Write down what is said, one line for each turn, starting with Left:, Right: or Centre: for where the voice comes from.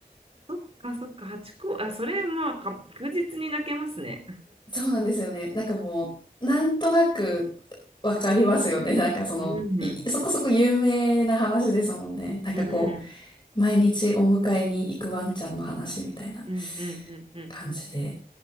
Right: そっかそっか、八個、あ、それ、まあ、か確実に泣けますね。
Left: そうなんですよね。なんかもう、なんとなくわかりますよね。なんかその、
Right: うん、
Left: いそこそこ有名な話ですもんね。なんかこ
Right: うん。
Left: う、毎日お迎えに行くワンちゃんの話みたいな
Right: うんうんうんうん。
Left: 感じで、